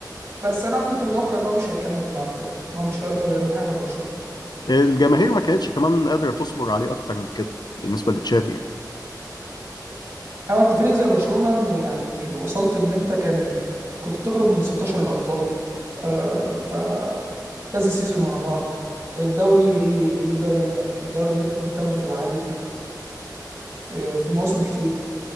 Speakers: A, on the right; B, on the left.
A: بس انا كنت متوقع ان هو مش هيكمل مع الفرقه ان هو مش هيقدر يعمل حاجه ببرشلونه
B: الجماهير ما كانتش كمان قادره تصبر عليه اكتر من كده بالنسبه لتشافي يعني
A: او انت فريق زي برشلونه م- يعني وصلت ان انت كان كنت بتخرج من 16 الابطال آه، ف كذا سيزون ورا بعض الدوري بيضيع منك الدوري اللي انت كنت بتاخده في العادي في في مواسم كتير